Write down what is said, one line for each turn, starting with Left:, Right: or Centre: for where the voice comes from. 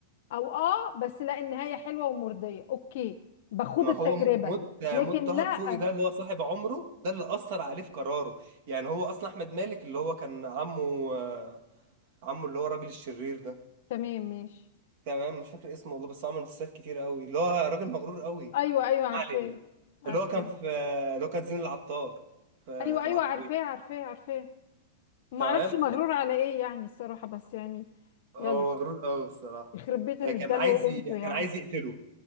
Left: او اه بس لا النهاية حلوة ومرضية اوكي باخد
Right: ما
Left: التجربة
Right: هو موت آه،
Left: لكن
Right: موت طه
Left: لا
Right: دسوقي ده اللي هو صاحب عمره ده اللي اثر عليه في قراره يعني هو اصلا احمد مالك اللي هو كان عمه آه، عمه اللي هو الراجل الشرير ده
Left: تمام ماشي
Right: تمام مش فاكر اسمه والله بس هو عمل مسلسلات كتير قوي اللي هو راجل مغرور قوي
Left: ايوه ايوه عارفاه
Right: ما علينا
Left: عارفاه
Right: اللي هو كان في اللي هو كان زين العطار في
Left: ايوه
Right: في
Left: ايوه
Right: العطارين
Left: عارفاه عارفاه عارفاه ما
Right: تمام
Left: اعرفش مغرور على ايه يعني الصراحة بس يعني
Right: هو
Left: يلا
Right: مغرور قوي بصراحه
Left: يخرب بيت اللي
Right: آه، كان
Left: اداله
Right: عايز
Left: <laughs> قيمته
Right: ي... كان
Left: يعني
Right: عايز يقتله